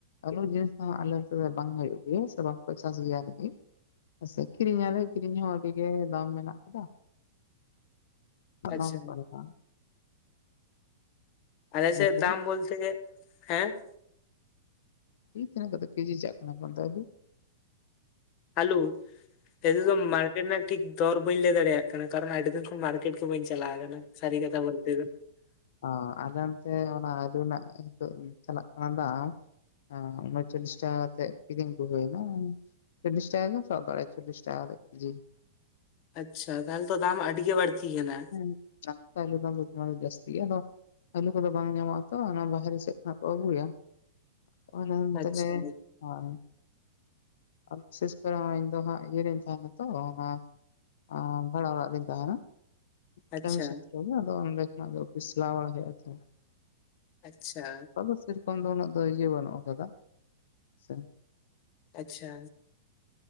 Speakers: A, on the left (about 70°); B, on the left (about 35°).
A: ᱟᱹᱞᱩ ᱡᱤᱱᱤᱥ ᱫᱚ ᱟᱞᱮ ᱥᱮᱫ ᱵᱟᱝ ᱦᱩᱭᱩᱜ ᱜᱮᱭᱟ ᱥᱮ ᱵᱟᱝᱠᱚ ᱪᱟᱥ ᱜᱮᱭᱟ ᱟᱪᱷᱟ ᱠᱤᱨᱤᱧ ᱟᱞᱮ ᱠᱤᱨᱤᱧ ᱦᱚᱸ ᱟᱹᱰᱤ ᱜᱮ ᱫᱟᱢ ᱢᱮᱱᱟᱜ ᱟᱠᱟᱫᱟ
B: ᱟᱪᱪᱷᱟ
A: ᱫᱟᱢ ᱚᱠᱟ ᱞᱮᱠᱟ?
B: ᱟᱞᱮ
A: ᱱᱤᱛ
B: ᱥᱮᱫ
A: ᱦᱟᱹᱵᱤᱡ
B: ᱫᱟᱢ ᱵᱚᱞᱛᱮ ᱦᱮᱸ
A: ᱤ ᱛᱤᱱᱟᱹᱜ ᱠᱟᱛᱮᱫ ᱠᱮᱡᱤ ᱪᱟᱜ ᱠᱟᱱᱟ ᱚᱱᱛᱮ ᱟᱹᱞᱩ
B: ᱟᱞᱩ ᱱᱤᱛᱳᱜ ᱫᱚ ᱢᱟᱨᱠᱮᱴ ᱨᱮᱱᱟᱜ ᱴᱷᱤᱠ ᱫᱚᱨ ᱵᱟᱹᱧ ᱞᱟᱹᱭ ᱫᱟᱲᱮᱭᱟᱜ ᱠᱟᱱᱟ ᱠᱟᱨᱚᱱ ᱟᱹᱰᱤ ᱫᱤᱱ ᱠᱷᱚᱱ ᱢᱟᱨᱠᱮᱴ ᱜᱮ ᱵᱟᱹᱧ ᱪᱟᱞᱟᱣ ᱟᱠᱟᱱᱟ ᱥᱟᱨᱤ ᱠᱟᱛᱷᱟ ᱵᱚᱞᱛᱮ ᱫᱚ
A: ᱚ ᱟᱞᱮ ᱚᱱᱛᱮ ᱚᱱᱟ ᱟᱹᱞᱩ ᱨᱮᱱᱟᱜ ᱱᱤᱛᱚᱜ ᱪᱟᱞᱟᱜ ᱠᱟᱱᱟ ᱫᱟᱢ ᱚ ᱩᱱᱩᱪᱚᱞᱞᱤᱥ ᱴᱟᱠᱟ ᱠᱟᱛᱮᱫ ᱠᱤᱨᱤᱧ ᱠᱚ ᱦᱩᱭᱱᱟ ᱪᱚᱞᱤᱥ ᱴᱟᱠᱟ ᱜᱮᱢ ᱥᱟᱵ ᱫᱟᱲᱮᱭᱟᱜ-ᱟ ᱪᱚᱞᱤᱥ ᱴᱟᱠᱟ ᱠᱟᱛᱮᱜ ᱠᱮᱡᱤ
B: ᱟᱪᱪᱷᱟ ᱛᱟᱦᱚᱞᱮ ᱛᱚ ᱫᱟᱢ ᱟᱹᱰᱤ ᱜᱮ ᱵᱟᱹᱲᱛᱤ ᱠᱟᱱᱟ
A: ᱦᱮᱸ <unintelligible> ᱟᱞᱩ ᱫᱟᱢ ᱫᱚ ᱫᱟᱢᱮᱜᱮ ᱡᱟᱹᱥᱛᱤ ᱟᱫᱚ ᱟᱹᱞᱩ ᱠᱚᱫᱚ ᱵᱟᱝ ᱧᱟᱢᱚᱜᱼᱟ ᱛᱚ ᱚᱱᱟ ᱵᱟᱦᱨᱮ ᱥᱮᱫ ᱠᱷᱚᱱᱟᱜ ᱠᱚ ᱟᱹᱜᱩᱭᱟ <unintelligible>
B: ᱟᱪᱪᱷᱟ
A: ᱟᱨ ᱵᱤᱥᱮᱥ ᱠᱚᱨᱮ ᱤᱧ ᱫᱚ ᱦᱟᱸᱜ ᱤᱭᱟᱹ ᱨᱮᱧ ᱛᱟᱦᱮᱱᱟ ᱛᱚ ᱚᱱᱟ ᱚ ᱵᱷᱟᱲᱟ ᱚᱲᱟᱜ ᱨᱮᱧ ᱛᱟᱦᱮᱱᱟ
B: ᱟᱪᱪᱷᱟ
A: ᱠᱟᱹᱢᱤ ᱥᱩᱛᱨᱚ ᱟᱫᱚ ᱚᱸᱰᱮ ᱠᱷᱚᱱᱟᱜ ᱫᱚ ᱚᱯᱷᱤᱥ ᱪᱟᱞᱟᱣ ᱵᱟᱲᱟ ᱦᱩᱭᱩᱜᱼᱟ ᱛᱚ
B: ᱟᱪᱪᱷᱟ
A: ᱟᱫᱚ ᱥᱮᱨᱚᱠᱚᱢ ᱫᱚ ᱩᱱᱟᱹᱜ ᱫᱚ ᱤᱭᱟᱹ ᱵᱟᱹᱱᱩᱜ ᱟᱠᱟᱫᱟ ᱥᱮ
B: ᱟᱪᱪᱷᱟ